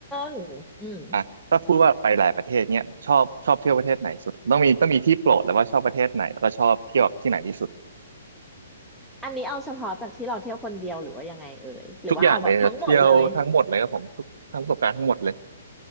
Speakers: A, in the centre; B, on the right.
A: งอืม
B: อ่ะถ้าพูดว่าไปหลายประเทศเนี้ยชอบชอบเที่ยวประเทศไหนสุดต้องมีต้องมีที่โปรดแล้วว่าชอบประเทศไหนแล้วก็ชอบเที่ยวที่ไหนที่สุด
A: อันนี้เอาเฉพาะจากที่เราเที่ยวคนเดียวหรือว่ายังไงเอ่ยหรือว่าเอาแบบทั้งหมดเลย
B: ทุกอย่างเลยจะเที่ยวทั้งหมดเลยครับผมทุกทั้งประสบการณ์ทั้งหมดเลย